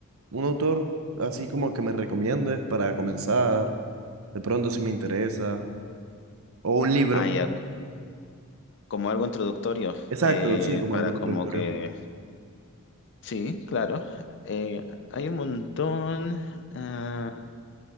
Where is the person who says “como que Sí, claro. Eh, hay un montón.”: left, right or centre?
Left